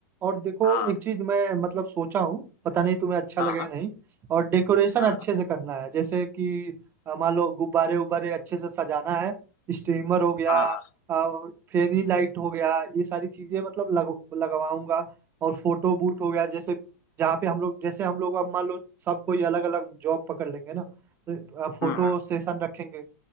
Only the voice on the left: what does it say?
हाँ
हाँ
हाँ
हाँ
हाँ हाँ
हम्म हम्म,